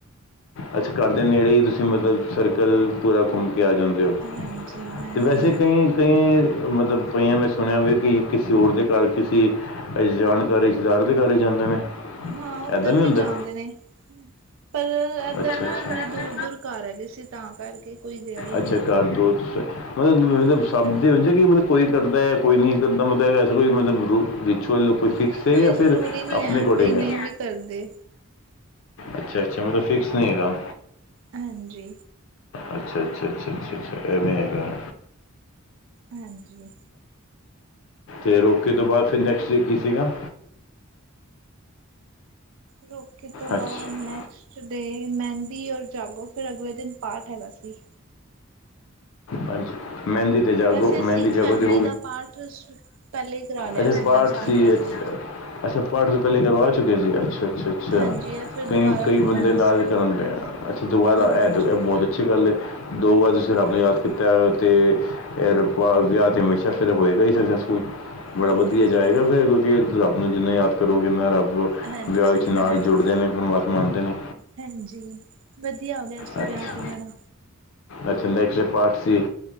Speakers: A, on the left; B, on the right.
A: ਅੱਛਾ ਕਰਦੇ ਨੇੜੇ ਹੀ ਤੁਸੀਂ ਮਤਲਬ ਸਰਕਲ ਪੂਰਾ ਘੁੰਮ ਆ ਜਾਂਦੇ ਹੋ
B: ਹਾਂਜੀ ਹਾਂਜੀ
A: ਅਤੇ ਵੈਸੇ ਕਈ ਕਈ ਮਤਲਬ ਕਈਆਂ ਮੈਂ ਸੁਣਿਆ ਵੀ ਕਿ ਕਿਸੇ ਹੋਰ ਦੇ ਘਰ ਕਿਸੀ ਇਸ ਜਾਣਕਾਰੀ ਯਾਰਦੇ ਘਰ ਜਾਂਦੇ ਨੇ
B: ਹਾਂ ਉੱਧਰ
A: ਐਦਾਂ
B: ਵੀ
A: ਹੁੰਦਾ
B: ਜਾਂਦੇ ਨੇ ਪਲ ਏਧਰ
A: ਅੱਛਾ
B: ਨਾ
A: ਅੱਛਾ
B: ਬੜੇ ਦੂਰ- ਦੂਰ ਘਰ ਹੈਗੇ ਸੀ ਤਾਂ ਕਰਕੇ ਕੋਈ ਗਿਆ ਹੀ
A: ਅੱਛਾ
B: ਨਹੀਂ।
A: ਘਰ ਦੋ ਤੁਸੀਂ- ਮਤਲਬ- ਮਤਲਬ
B: ਹਾਂਜੀ
A: ਸਭ ਦੇ ਹੁੰਦੇ ਕਿ ਮਤਲਬ ਕੋਈ ਕਰਦਾ ਹੈ ਕੋਈ ਨਹੀਂ ਕਰਦਾ ਮਤਲਬ ਐਸਾ ਕੋਈ ਮਤਲਬ ਰ ਕੋਈ ਫਿਕਸ
B: ਨਹੀਂ
A: ਹੈ
B: ਕੋਈ
A: ਜਾਂ
B: ਜ਼ਰੂਰੀ
A: ਫਿਰ
B: ਨਹੀਂ
A: ਆਪਣੇ ਅਕੋਡਿੰਗ
B: ਕਈ ਨਹੀਂ
A: ਹੈ।
B: ਵੀ ਕਰਦੇ
A: ਅੱਛਾ-ਅੱਛਾ ਮਤਲਬ ਫਿਕਸ ਨਹੀਂ ਹੈਗਾ।
B: ਹਾਂਜੀ
A: ਅੱਛਾ- ਅੱਛਾ- ਅੱਛਾ- ਅੱਛਾ -ਅੱਛਾ ਇਵੇਂ ਹੇਗਾ।
B: ਹਾਂਜੀ
A: ਅ ਰੋਕੇ ਤੋਂ ਬਾਅਦ ਫਿਰ ਨੈਕਸਟ ਡੇ ਕੀ ਸੀਗਾ।
B: ਰੋਕੇ ਤੋਂ
A: ਅੱਛਾ
B: ਬਾਅਦ ਨੈਕਸਟ ਡੇ ਮਹਿੰਦੀ ਔਰ ਜਾਗੋ ਫਿਰ ਅਗਲੇ ਦਿਨ ਪਾਠ ਹੈਗਾ ਸੀ।
A: ਹਾਂਜੀ ਮਹਿੰਦੀ ਤੇ ਜਾਗੋ
B: ਵੈਸੇ
A: ਮਹਿੰਦੀ
B: ਅਸੀਂ
A: ਜਾਗੋ
B: ਫੈਮਿਲੀ
A: ਤੇ
B: ਦਾ ਪਾਠ ਪਹਿਲੇ ਕਰਾ ਲਿਆ
A: ਅੱਛਾ
B: ਸੀ
A: ਪਾਠ
B: ਦਸ ਦਿਨ
A: ਸੀ
B: ਪਹਿਲੇ
A: ਅੱਛ ਪਾਠ ਤੁਸੀ ਕਰਵਾ ਚੁੱਕੇ ਸੀ ਅੱਛਾ -ਅੱਛਾ- ਅੱਛਾ।
B: ਹਾਂਜੀ
A: ਅੱਛਾ
B: ਇਹ ਫਿਰ
A: ਕਈ-
B: ਦੁਬਾਰਾ
A: ਕਈ
B: ਕਰਵਾਇਆ
A: ਬੰਦੇ ਨਾਲ
B: ਸੀ
A: ਕਰਨ ਦੇ ਆ ਅੱਛਾ ਦੁਬਾਰਾ
B: ਹਾਂਜੀ
A: ਐ ਬਹੁਤ ਅੱਛੀ ਗੱਲ ਹੈ ਦੋ ਵਾਰ ਤੁਸੀਂ
B: ਹਾਂਜੀ,
A: ਰਬ ਨੂੰ ਯਾਦ ਕੀਤਾ। ਅਤੇ ਵਿਆਹ ਤੇ ਹਮੇਸ਼ਾ ਫਿਰ ਹੋਏਗਾ ਸਕਸੈਸਫੁਲ ਬੜਾ
B: ਹਾਂਜੀ,
A: ਵਧੀਆ ਜਾਏਗਾ ਫਿਰ ਵਧੀਆ ਰੱਬ ਨੂੰ ਜਿੰਨੇ ਯਾਦ ਕਰੋਗੇ ਨਾ ਰੱਬ
B: ਹਾਂਜੀ,
A: ਵਿਆਹ ਵਿੱਚ ਨਾਲ
B: ਹਾਂਜੀ।
A: ਜੁੜਦੇ ਨੇ ਪਰਮਾਤਮਾ ਆਂਦੇ ਨੇ।
B: ਹਾਂਜੀ ਵਧੀਆ ਹੋ ਗਿਆ ਸੀ
A: ਅੱਛਾ
B: ਵਿਆਹ ਤੇ ਬੜਾ
A: ਅੱਛਾ ਨੈਕਸਟ ਡੇ ਪਾਠ ਸੀ